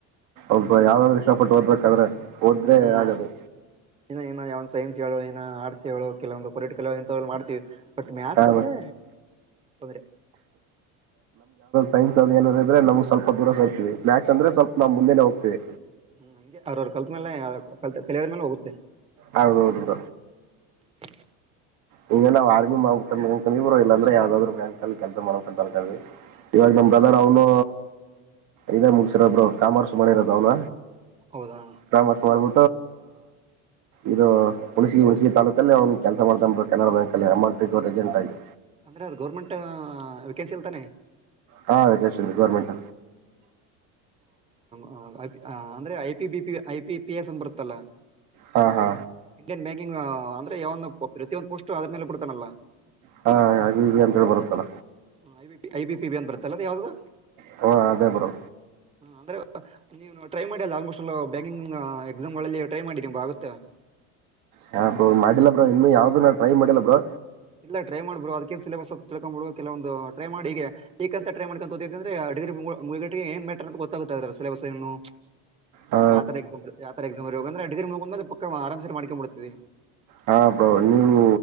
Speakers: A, on the right; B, on the right.
A: ಒಬ್ಬ ಯಾವ್ದಾದ್ರು ಇಷ್ಟಪಟ್ಟ ಓದ್ಬೇಕಾದ್ರೆ ಓದ್ರೆ
B: ಹ್ಮ್
A: ಆಗದು
B: ಇನ್ನ ಇನ್ನ ಯಾವ ಸೈನ್ಸ್ ಹೇಳೋ ಏನ ಆರ್ಟ್ಸ್ ಹೇಳೋ ಕೆಲವೊಂದು ಪೊಲಿಟಿಕಲ್ ಆಂತ ಮಾಡ್ತೀವಿ ಬಟ್ ಮ್ಯಾಥ್ಸ್
A: ಹ
B: ಅಂದ್ರೆ ಹದ್ರೆ
A: ಸೈನ್ಸ್ದ ಏನ್ರೆ ನಮಗೆ ಸ್ವಲ್ಪ ದರ ಸರ್ತವಿ ಮ್ಯಾಥಸ್ ಅಂದ್ರ ಸ್ವಲ್ಪ ನಾ ಮುೆನೆ ಹ್ತೀವಿ
B: ಹ್ಮ್ ಹಂಗೆ ಅವ್ರವ್ರ ಕಲ್ತ್ ಮೇಲೆ ಕಲ್ ಕೆಲವ ಮೇಲೆ ಹೋಗುತ್ತೆ
A: ಹೌದೌದುಡ
B: ಹ್ಮ
A: ಹಂಗೆ ನಾವ್ ಆರ್ಮಿ ಮಾಡ್ಬೇಕ್ರರು ಇಲ್ಲಂದ್ರೆ ಯಾವ್ದಾದ್ರು ಬ್ಯಾಂಕ್ ಅಲ್ಲಿ ಕೆಲಸ ಮಾಡಬೇಕಂತ ಅನ್ಕವಿ ಇವಾಗ ನಮ್ಮ್ ಬ್ರದರ್ ಅವನು ಇದ ಮುಂಗಸರೊಬ್ರು ಕಾಮಾರ ಸುಮನೆ ಇರೋದ ಅವ್ನ
B: ಹೌದಾ
A: ಕಾಮ ಸವಾರಬ ಇದು ಹುಣಸಗಿ ಹುಣಸಗಿ ತಾಾಲೂಕಲ್ಲಿ ಅವ್ನ್ ಕೆಲಸ ಮಾಡ್ತೊಂಡ್ ಬ ಕೆನರಾ ಬ್ಯಾಂ ಅಲ್ಲಿ ಅಮಂಟಕ್ ಏಜೆಂಟ್ಗಿ
B: ಅಂದ್ರೆ ಅದು ಗೌರ್ಮೆಂಟ್ ವೆೇಕೆನ್ಸಿ ಅಲ್ತಾನೆ
A: ಹಾದ ಜಸ್ಿ ಗೌರ್ಮೆಂಟ್
B: ಹ ಅಂದ್ರೆ IP B P I P P S ಅಂದ ಬರುತ್ತಲ್ಲ
A: ಹಾ ಹಾ
B: ಇಂಡಿಯನ್ ಬ್ಯಾಂಕಿಂಗ್ ಅಂದ್ರೆ ಯಾವಂದು ಪ್ರತಿಯೊಂದು ಪೋಸ್ಟ್ ಅದ್ರ ಮೇಲೆ ಬಿಡ್ತಾನಲ್ಲ
A: ಹಾ ಹಾಗ ಅಂತೇಳಿ ಬರುತ್ತಲ.
B: ಹಐ B I B P B ಅಂತ ಬರ್ಲ್ಲ ಯಾವ್ದದು.
A: ಹಓ ಅದೇ ಬರೋ.
B: ಹ ಅಂದ್ರೆ ನೀವು ಟ್ರೈ ಮಾಡಿ ಅಲ್ಲ ಆಲ್ಮೋಸ್ಟ್ ಎ ಬ್ಯಾಂಕಿಂಗ್ ಎಕ್ಸಾಮ್ಗಳಲ್ಲಿ ಟ್ರೈ ಮಾಡಿ ನಿಮ ಆಗುತ್ತೆ.
A: ಹಾ ಬ ಮಾಡಿಲ್ಲ ಬ್ರ ಇನ್ನು ಯಾವ್ದು ನಾ ಟ್ರೈ ಮಾಡಿಲ್ಲ ಬ್ರೋ.
B: ಇಲ್ಲ ಟ್ರೈ ಮಾಡ್ಬುರು ಅದಕ್ಕೇನ್ ಸಿಲೆಬಸ್ ಅ ತಿಳ್ಕೊ್ ಬಿೋಡು ಕೆಲವಂದು ಟ್ರೈ ಮಾಡಿ ಈಗೆ. ಈಕಂತ ್ರೈ ಮಾಡ್ಕಂತತ ಅ್ರೆ. ಡಿಗ್ರಿ ಮುಗೇಟಿಗೆ ಏನ ಮ್ಯಾಟ್ರಿನ್ ಹೊತ್ <unintelligible> ಸಿಲೆಬಸ್ ಏನು
A: ಹಾ
B: ಯಾವತರ ಎ ಯಾವರತರ ಎಕ್ಸಾಮ್ ಬ ಡಿಗ್ರಿ ಮುಗಿದ ಮೇಲೆ ಪಕ್ಕ ಆರಾಮ ಸಿರಿ ಮಾಡ್ಕೊಂಡ ಬಿಡತಿ
A: ಹಾ ಪ್ರ ನೀವು